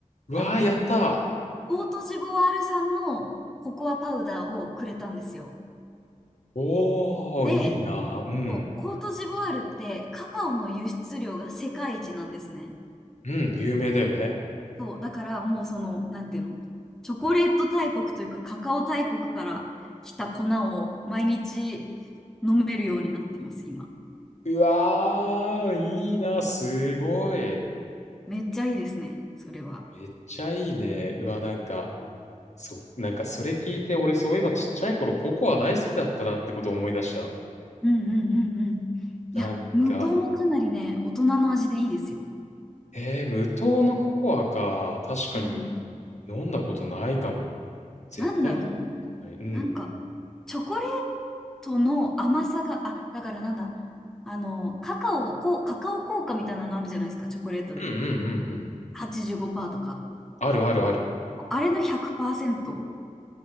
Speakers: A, on the left (about 60°); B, in the centre.
A: うわー、
B: あの、
A: やった
B: コートジボワール産のココアパウダーをくれたんですよ。
A: ー。おー、
B: で、
A: いいなー。うん。
B: そうコートジボワールってカカオの輸出量が世界一なんですね。
A: うん、有名だよね。
B: そう、だからもうその、なんていうの、チョコレート大国というかカカオ大国から来た粉を毎日飲めるようになってます、今。
A: うわー、いいなすごい。
B: めっちゃいいですね、それは。
A: めっちゃいいね。うわ、なんか、そ、なんかそれ聞いて、俺そういえばちっちゃい頃ココア大好きだったなってことを思い出した。
B: うんうんうんうん。いや、
A: なんか、
B: 無糖もかなりね、大人の味でいいですよ。
A: えー、無糖のココアか。確かに
B: はい。
A: 飲んだことないかも。絶対に飲んだことない。
B: なんだろう、もう、
A: うん。
B: なんか、チョコレートの甘さが、あ、だからなんだ、あの、カカオ、こう、カカオ効果みたいなのあるじゃないですか、チョコレートで。
A: うんうんうんうん。
B: 85%とか。
A: あるあるある。
B: あれの100%、